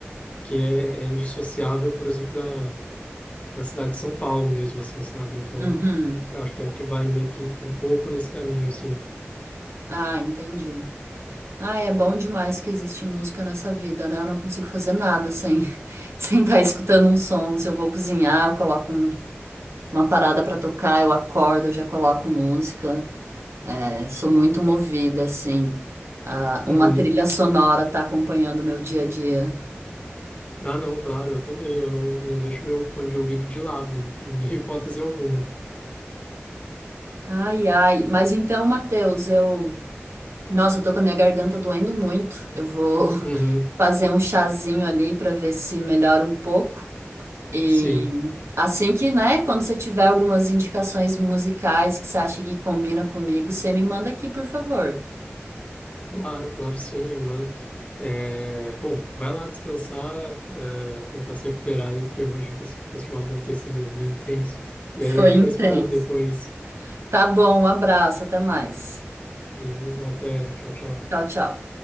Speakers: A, on the left; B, on the right.
A: que é, é indissociável, por exemplo, da, da cidade de São Paulo mesmo, assim, sabe? Então,
B: Uhum.
A: eu acho que é o que vai meio que um pouco nesse caminho, eu sinto.
B: Ah, entendi. Ah, é bom demais que existe música nessa vida, né? Eu não consigo fazer nada sem <laughs> sem estar escutando um som. Se eu vou cozinhar, eu coloco um- uma parada pra tocar, eu acordo, eu já coloco música. É, sou muito movida, assim. Ah,
A: Uhum.
B: uma trilha sonora tá acompanhando o meu dia a dia.
A: Ah, não, claro, eu também. Eu não, não deixo meu fone de ouvido de lado, <laughs> em hipótese alguma.
B: Ai, ai. Mas então, Matheus, eu. Nossa, eu tô com a minha garganta doendo muito. Eu vou <laughs>
A: Uhum.
B: fazer um chazinho ali pra ver se melhora um pouco. E
A: Sim,
B: assim que, né, quando você tiver algumas indicações musicais que você acha que combina comigo, você me manda aqui, por favor.
A: claro, claro, sim, eu mando. É, bom, vai lá descansar, é, tentar se recuperar aí, porque eu imagino que esse festival deve ter sido meio <laughs> intenso. E
B: Foi
A: aí a gente
B: intenso.
A: vai se falando depois,
B: Tá bom, um abraço, até mais.
A: beleza? Até, tchau, tchau.
B: Tchau, tchau.